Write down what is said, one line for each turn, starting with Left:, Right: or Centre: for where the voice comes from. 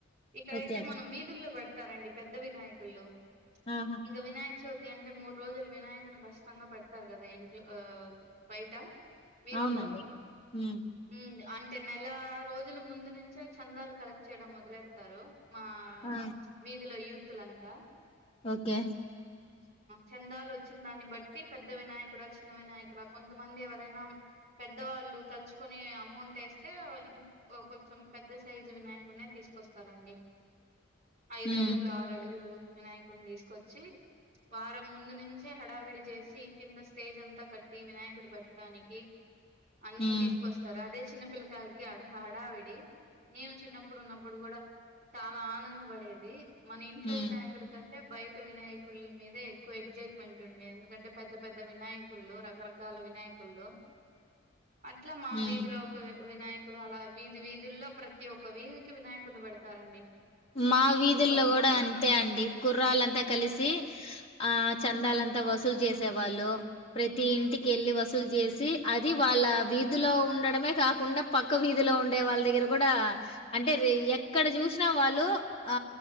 Right: ఇక్కడైతే
Left: ఓకే
Right: మనం వీధుల్లో పెడతారండి పెద్ద వినాయకులు
Left: ఆహా
Right: ఇంకా వినాయ చవితి అంటే మూడు రోజులు వినాయకుని కచ్చితంగా పెడతారు కదా ఇంట్లో బయట వీధుల్లో
Left: అవునండి ఉమ్
Right: అంట అంటే నెల రోజుల ముందు నుంచే చందాలు కలెక్ట్ చేయడం మొదలెడతారు మా
Left: ఆ
Right: వీధిలో యూతులంతా
Left: ఓకే
Right: చెందాలు వచ్చిన దాన్ని బట్టి పెద్ద వినాయకుడా చిన్న వినాయకుడా కొంతమంది ఎవరైనా పెద్దవాళ్ళు తలుచుకొని అమౌంట్ వేస్తే ఇం కొంచెం పెద్ద సైజు వినాయకుని తీసుకొస్తారండి ఐదు
Left: ఉమ్
Right: అడుగులు ఆరు అడుగులు వినాయకుడిని తీసుకొచ్చి వారం ముందు నుంచే హడావిడి చేసి కింద స్టేజ్ అంతా కట్టి వినాయకుడు పెట్టడానికి అన్ని
Left: ఉమ్
Right: తీసుకొస్తారు అదే చిన్న పిల్లకాయలకి ఆడా హడావిడి నేను చిన్నప్పుడు ఉన్నప్పుడు కూడా చాలా ఆనంద పడేది మన ఇంట్లో
Left: ఉమ్
Right: వినాయకుడి కంటే అ బయట వినాయకుల మీద ఎక్కువ ఎగ్జైట్మెంట్ ఉండంది ఎందుకంటే పెద్ద పెద్ద వినాయకులు రకరకాల వినాయకులు అట్లా మా
Left: ఉమ్
Right: వీధిలో ఒక వినాయక ఇప్పుడు అలా వీధి వీధుల్లో ప్రతి ఒక్క వీధికి వినాయకుడు పెడతారండి
Left: మా వీధుల్లో
Right: కొంతమంది
Left: కూడా అంతే అండి కుర్రాలుంతా కలిసి ఆ చందాలంతా వసూలు చేసేవాళ్ళు ప్రతి ఇంటికి వెళ్ళ
Right: హ్మ్.
Left: వసూలు చేసి అది వాళ్ళ వీధిలో ఉండడమే కాకుండా పక్క వీధిలో ఉండే వాళ్ళ దగ్గర కూడా అంటే ఎక్కడ చూసినా వాళ్ళు ఆ